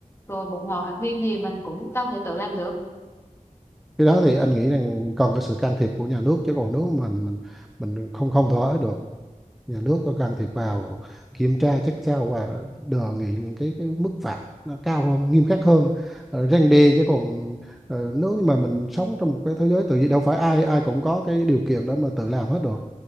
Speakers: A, on the left; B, in the centre.
A: rồi bột ngọt hạt nêm thì mình cũng đâu thể tự làm được
B: cái đó thì anh nghĩ rằng cần cái sự can thiệp của nhà nước chứ còn nếu mình mình mình không không thỏa được nhà nước có can thiệp vào kiểm tra chắc sao và đề nghị những cái cái mức phạt nó cao hơn nghiêm khắc hơn ờ, răn đe chứ còn ờ, nếu như mà mình sống trong một cái thế giới tự nhiên đâu phải ai ai cũng có cái điều kiện để mà tự làm hết được